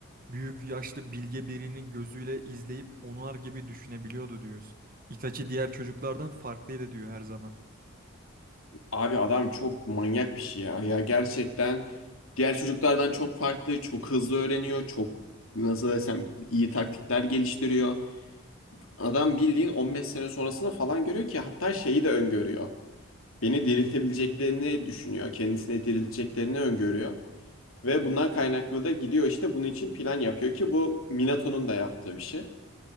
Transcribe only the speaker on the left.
Abi adam çok manyak bir şey ya. Ya gerçekten diğer çocuklardan çok farklı, çok hızlı öğreniyor, çok nasıl desem iyi taktikler geliştiriyor. Adam bildiğin 15 sene sonrasını falan görüyor ki hatta şeyi de öngörüyor. Beni diriltebileceklerini düşünüyor, kendisini dirilteceklerini öngörüyor. Ve bundan kaynaklı da gidiyor işte bunun için plan yapıyor ki bu Minato'nun da yaptığı bir şey.